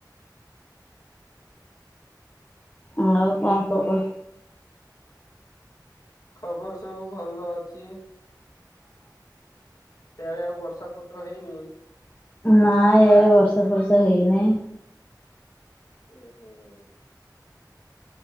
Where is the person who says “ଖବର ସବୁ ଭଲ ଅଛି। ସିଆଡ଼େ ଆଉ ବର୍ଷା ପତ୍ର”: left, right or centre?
Left